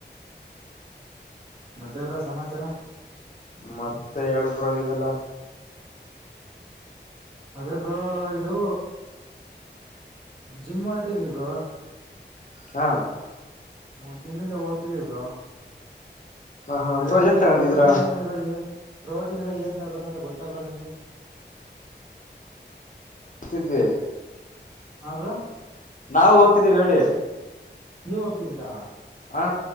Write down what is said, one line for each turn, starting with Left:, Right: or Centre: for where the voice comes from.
Right: ಮತ್ತೆವರ ಸಮಾಚಾರ
Left: ಮತ್ತೆ ಹೇಳು ಪರನ ಇದೆಲ್ಲ
Right: ಅದೇ ಬ್ರೋ ಇದು ಜಿಮ್ ಹೊಲ್ಟಿದೀ ಬ್ರಾ
Left: ಹಾ
Right: ಒಂದ್ ತಿಂಗಳಿಂದ ಹ್ತರಿ ಒಬ್ರಾ
Left: ಹ ಹಾ
Right: ಅದೆಲ್ಲ
Left: ಬ್ರೋ ಏನ್
Right: ಸ್ವಲ್ಪ
Left: ತಗಂತಿದೀರಾ
Right: ಪ್ರೋಟೀನು ಎಲ್ಲ ಪ್ರೋಟೀನ್ ಎಲ್ಲ ಏನ್ ತಗಬೇಕಂತ ಗೊತ್ತಬ್ರ ನಿಮ್ಗೆ
Left: ತಿದೆ
Right: ಹಮ್ರ
Left: ನಾವವು ಹೋಗ್ತಿದ್ದೀವಿ ಹೇಳಿ
Right: ನೀವ್ ಹೋಗ್ತಿದೀರಾ
Left: ಹಾ